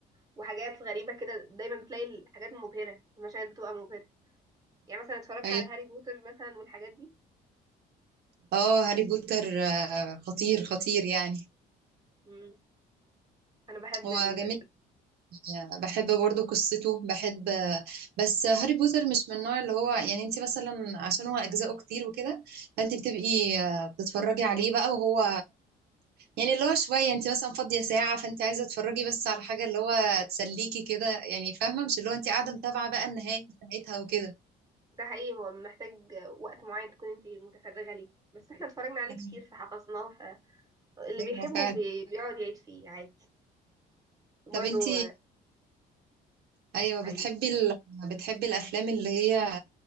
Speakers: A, on the right; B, on the right.
A: وحاجات غريبه كده دايما بتلاقي الحاجات مبهره المشاهد بتبقى مبهره يعني مثلا اتفرجت
B: ايوه
A: على هاري بوتر مثلا والحاجات دي
B: اه هاري بوتر آه، خطير خطير يعني
A: مم. انا بحب
B: هو
A: ال...
B: جميل يعني بحب برضو قصته بحب آه، بس هاري بوتر مش من النوع اللي هو يعني انت مثلا عشان هو اجزاءه كتير وكده فانت بتبقي آه، بتتفرجي عليه بقى وهو يعني اللي هو شوية انت مثلا فاضية ساعة فانت عايزة تتفرجي بس على حاجة اللي هو تسليكي كده يعني فاهمة مش اللي هو انت قاعدة متابعة بقى النهاية بتاعتها وكده
A: ده حقيقي هو محتاج وقت معين تكون انت متفرغه ليه بس احنا اتفرجنا عليه
B: <laughs>
A: كتير فحفظناه فاللي
B: ايوه
A: بيحبه
B: فعلا
A: بي... بيقعد يعيد فيه عادي
B: طب
A: برضو
B: انت ايوه
A: آه،
B: بتحبي ال... بتحبي الافلام اللي هي